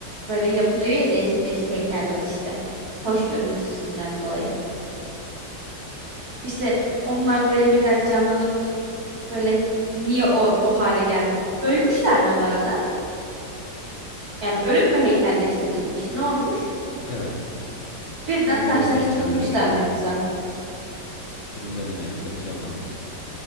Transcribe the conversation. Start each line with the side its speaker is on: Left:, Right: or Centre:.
Right: böyle yapılıyor ya değişik değişik heykeller işte. Hoş görüntüsünden dolayı. İşte onlar böyle birden canlanıp Böyle niye o, o hale geldik? Ölmüşler mi bu arada? Yani ölüp
Left: İyi.
Right: mü heykelleştirilmiş? Ne olmuş?
Left: Evet.
Right: Birden
Left: Ölülerin
Right: taşlaştırılmışlar
Left: heykelleri canlanıyor.
Right: mı yoksa?
Left: Ölülerin heykeli canlanıyor.